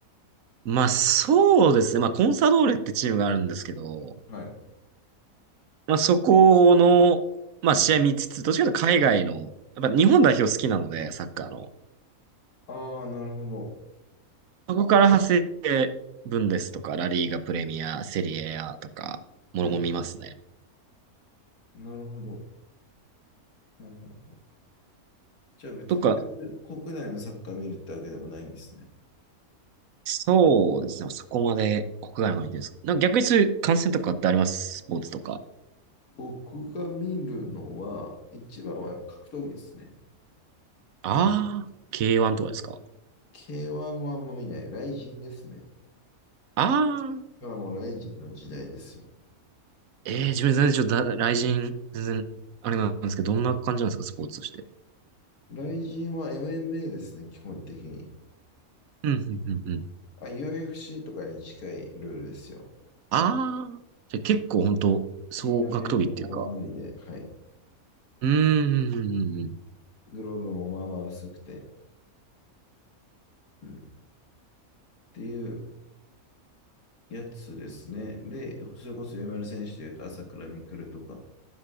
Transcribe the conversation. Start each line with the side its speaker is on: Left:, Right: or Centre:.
Right: まあ、そうですね。まあ、コンサドーレってチームがあるんですけど、
Left: はい。
Right: まあ、そこの、まあ、
Left: はい、
Right: 試合見つつ、どっちかというと海外の、やっぱ日本代表好きなので、サッカーの。
Left: ああ、なるほど。
Right: そこから派生して、ブンデスとか、ラリーガプレミア、セリエ A とか、もろもろ見ますね。
Left: はい。なるほど。はいはい。じゃあ特別国内のサッカー見るってわけでもないんですね。
Right: とか、そうですね。そこまで国外の方に行ってるんですか。
Left: うん
Right: なんか逆にそういう観戦とかってありますスポーツとか。
Left: 僕が見るのは、一番はやっぱ格闘技ですね。
Right: ああ、K1 とかですか。
Left: K1 はあんま見ない。ライジンですね。
Right: ああ、
Left: がもうライジンの時代ですよ。
Right: ええ自分全然ちょっとだ、雷神、全然、あれなんですけど、どんな感じなんですか、スポーツとして。
Left: ライジンは MMA ですね、基本的に。
Right: うん、うん、うん、うん。
Left: あ、UFC とかに近いルールですよ。
Right: ああ、じゃあ結構本当総格闘技っていうか。
Left: MMA の手回りで、はい。
Right: うーん、うん、うん、うん、
Left: グローブもまあまあ薄くて、うん。っていうやつですね。で、それこそ有名な選手でいうと、朝倉未来とか、